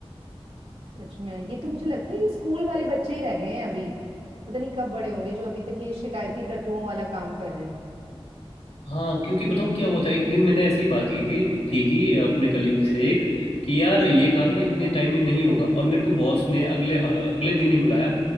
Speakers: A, on the right (about 70°); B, on the left (about 85°).
A: सच में ये तो मुझे लगता है ये स्कूल वाले बच्चे ही रह गए हैं अभी पता नहीं कब बड़े होंगे जो अभी तक ये शिकायती टट्टुओं वाला काम कर रहे हैं
B: हाँ क्योंकि बताऊँ क्या होता है एक दिन मैंने ऐसी ही बात की कि थी कि अपने कलीग से एक कि यार ये काम ना इतने टाइम में नहीं होगा और मेरे को बॉस ने अगले अगले दिन ही बुलाया